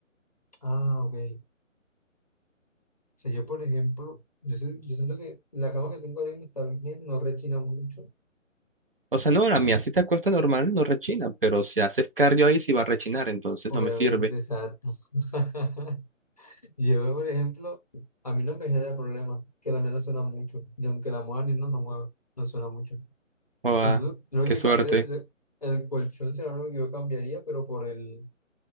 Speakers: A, on the left (about 30°); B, on the right (about 45°).
A: ah, ok. O sea, yo, por ejemplo, yo, sí- yo siento que la cama que tengo ahora mismo está bien, no rechina mucho.
B: O sea, no, a mía si te acuestas normal, no rechina, pero si haces cardio ahí sí va a rechinar, entonces
A: Obviamente,
B: no me sirve.
A: exacto. <laughs> Yo, por ejemplo, a mí no me genera problema que la mía no suena mucho. Y aunque la mueva ni no, no mueve, no suena mucho.
B: Joda,
A: Sí, lo lo
B: qué
A: que
B: suerte.
A: cambiaría es el, el colchón, será lo único que yo cambiaría, pero por el,